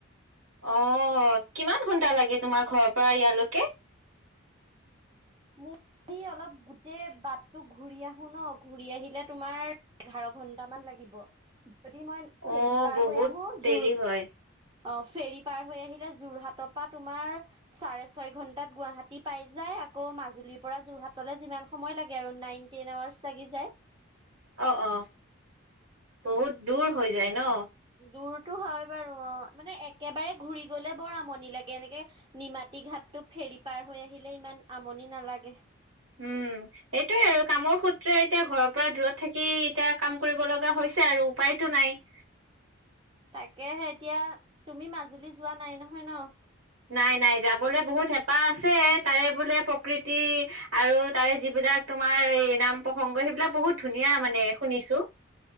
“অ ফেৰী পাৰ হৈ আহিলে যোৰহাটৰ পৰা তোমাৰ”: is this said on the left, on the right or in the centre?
Right